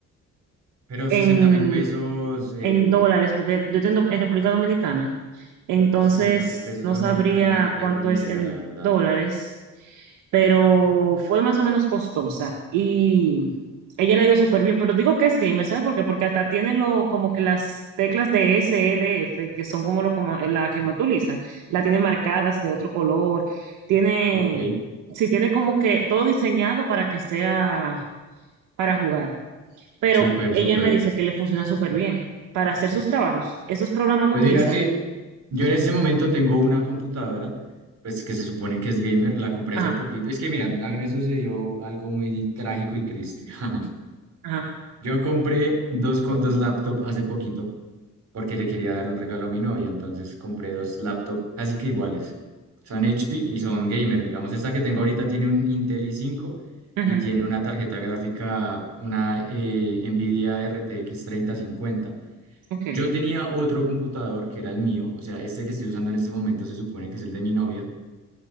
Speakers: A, on the right; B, on the right.
A: Pero
B: en
A: 60 mil pesos, eh,
B: en dólares, porque yo tengo en República Dominicana, entonces
A: 60 mil pesos
B: no
A: dominicanos,
B: sabría
A: no, no tengo
B: cuánto
A: ni
B: es
A: idea,
B: en
A: la verdad.
B: dólares, pero fue más o menos costosa y ella le ha ido súper bien, pero digo que es gamer, ¿sabes por qué? Porque hasta tiene lo, como que las teclas de S, E, D, F, que son como lo, coma- la que más utilizan, la tiene marcadas de otro color, tiene,
A: Ok,
B: sí, tiene como que todo diseñado para que sea para jugar pero
A: súper,
B: ella
A: súper.
B: me dice que le funciona súper bien para hacer sus trabajos, esos programas
A: Pues
B: que utiliza.
A: mira que Yo en este momento tengo una computadora, pues que se supone que es gamer, la compré
B: Ajá,
A: hace poquito. Es que mira, a mí me sucedió algo muy trágico y triste. <laughs>
B: ajá,
A: Yo compré dos, co- dos laptops hace poquito porque le quería dar un regalo a mi novia, entonces compré dos laptops casi que iguales. Son HP y son gamer, digamos. Esta que tengo ahorita tiene un Intel i5
B: ajá,
A: y tiene una tarjeta gráfica, una eh, Nvidia RTX cincuenta
B: ok,
A: yo tenía otro computador que era el mío, o sea, este que estoy usando en este momento se supone que es el de mi novia.